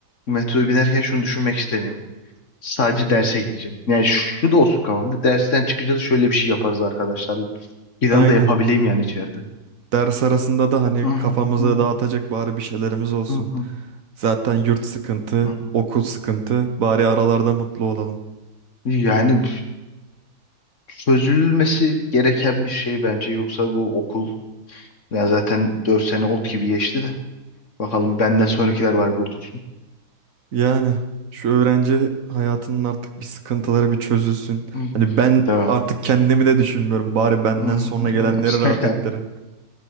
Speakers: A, on the left; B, on the right.
A: metroya binerken şunu düşünmek istemiyorum. Sadece derse gideceğim. Yani şu da olsun kafamda. Dersten çıkınca da şöyle bir şey yaparız arkadaşlarla. İran'ı
B: Aynen.
A: da yapabileyim yani içeride.
B: Ders arasında da hani
A: Hı
B: kafamıza
A: hı
B: dağıtacak bari bir şeylerimiz olsun.
A: hı hı
B: Zaten yurt sıkıntı,
A: hı hı.
B: okul sıkıntı, bari aralarda mutlu olalım.
A: Yani çözülmesi gereken bir şey bence. Yoksa bu okul ya zaten 4 sene ot gibi geçti de. Bakalım benden sonrakiler var kurtul.
B: Yani şu öğrenci hayatının artık bir sıkıntıları bir çözülsün.
A: Hı,
B: Hani ben
A: Tamam.
B: artık kendimi de düşünmüyorum. Bari benden
A: <laughs>
B: sonra gelenleri rahat ettirin.